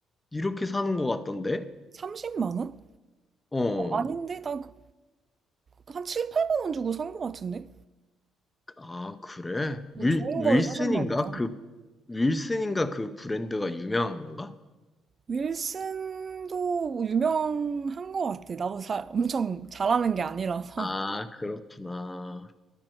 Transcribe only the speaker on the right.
30만 원?
아닌데? 나 그, 한 7, 8만 원 주고 산거 같은데?
뭐
좋은
걸 사셨나 보다.
윌슨도 뭐 유명한 거 같아. 나도 잘, 엄청 잘하는 게 아니라서.